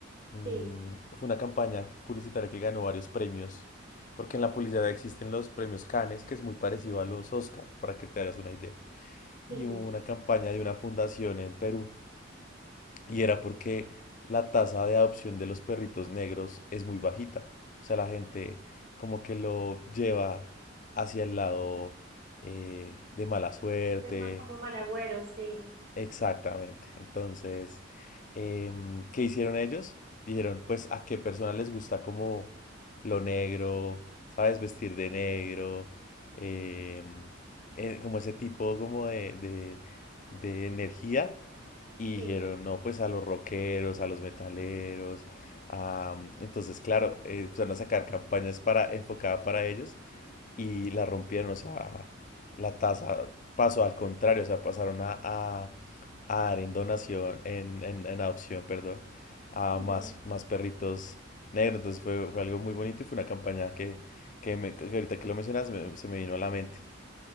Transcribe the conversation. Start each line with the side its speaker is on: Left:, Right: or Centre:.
Left: Mm,
Right: sí,
Left: fue una campaña publicitaria que ganó varios premios, porque en la publicidad existen los premios Cannes, que es muy parecido a los Oscar, para que te hagas una idea.
Right: sí,
Left: Y
Right: sí.
Left: hubo una campaña de una fundación en Perú, y era porque la tasa de adopción de los perritos negros es muy bajita. O sea, la gente como que lo lleva hacia el lado eh, de mala suerte,
Right: De ma- como mal agüero, sí.
Left: Exactamente. Entonces, em, ¿qué hicieron ellos? Dijeron, pues, ¿a qué persona les gusta como lo negro? ¿Sabes? Vestir de negro. em, eh, como ese tipo como de, de, de energía. Y
Right: Sí.
Left: dijeron, no, pues a los rockeros, a los metaleros. a- entonces, claro, eh, empezaron a sacar campañas para, enfocadas para ellos y la rompieron, o sea, la tasa pasó al contrario, o sea, pasaron a, a a dar en donación, en, en, en adopción, perdón, a
Right: Mm,
Left: más, más perritos negros. Entonces fue, fue algo muy bonito y fue una campaña que, que, me- que ahorita que lo mencionas me- se me vino a la mente.